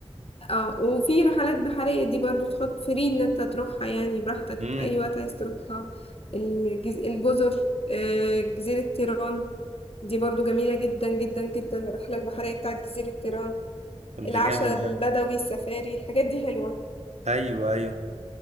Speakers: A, on the left (about 60°); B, on the right (about 85°).
A: اه وفي رحلات بحرية دي برضو تحط فري إن أنت تروحها يعني براحتك
B: امم
A: أي وقت عايز تروحها الجز... الجزر آه، جزيرة تيران دي برضو جميلة جدا جدا جدا الرحلة البحرية بتاعت جزيرة تيران
B: طب ده
A: العشاء
B: جامد ده
A: البدوي السفاري الحاجات دي حلوة
B: ايوه ايوه